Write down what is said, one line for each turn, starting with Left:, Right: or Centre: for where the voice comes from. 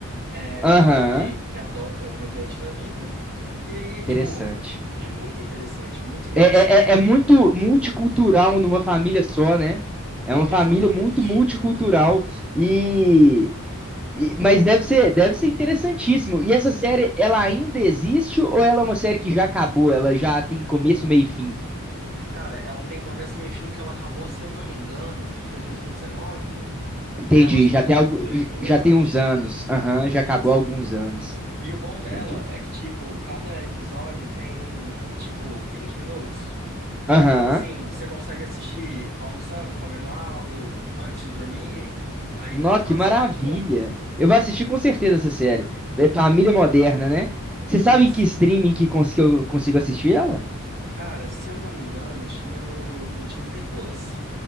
Right: é,
Centre: Aham.
Right: um casal gay que adota uma vietnamita. E aí,
Centre: Interessante.
Right: tipo, é muito interessante, muito engraçado.
Centre: É, é, é é muito multicultural numa família só, né? É uma
Right: Exatamente.
Centre: família muito multicultural e, e- mas deve ser, deve ser interessantíssimo. E essa série, ela ainda existe ou ela é uma série que já acabou? Ela já tem começo, meio e fim?
Right: Cara, ela tem começo, meio e fim, porque ela acabou, se eu não me engano, foi 2019?
Centre: Entendi.
Right: É, eu acho que
Centre: Já
Right: foi
Centre: tem
Right: do-
Centre: algo,
Right: 2019.
Centre: já tem uns anos. Aham, já
Right: Isso.
Centre: acabou há alguns anos.
Right: E o bom dela
Centre: Entendi.
Right: é que, tipo, cada episódio tem, tipo, 20 minutos.
Centre: Aham.
Right: Então, assim, você consegue assistir almoçando, comendo algo, antes de dormir. Aí,
Centre: Nó,
Right: nossa,
Centre: que maravilha.
Right: é muito bom.
Centre: Eu vou assistir com certeza essa série. É Família Moderna, né? Você sabe
Right: Isso.
Centre: em que streaming que cons- que eu consigo assistir ela?
Right: Cara, se eu não me engano, tinha no, no Disney Plus.